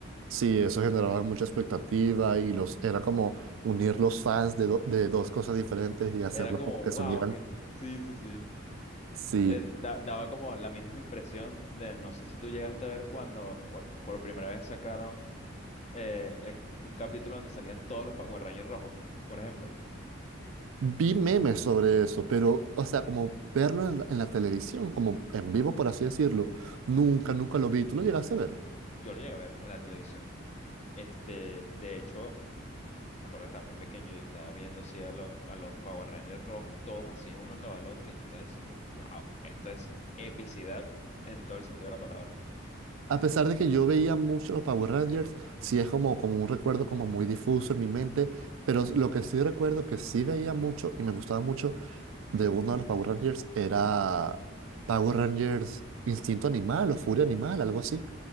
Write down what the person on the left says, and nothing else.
Era como,
wow,
que sí, sí, sí.
Eh, da- daba como la misma impresión de, no sé si tú llegaste a ver cuando por, por primera vez sacaron eh, el- un capítulo donde salían todos los Power Rangers rojos, por ejemplo.
Yo lo llegué a ver en la televisión. Este, de hecho, me acuerdo que estaba muy pequeño y yo estaba viendo así a los, a los Power Rangers rojos, todos así, uno al lado del otro, y yo estaba diciendo, wow, esto es epicidad en todo el sentido de la palabra.
<laughs>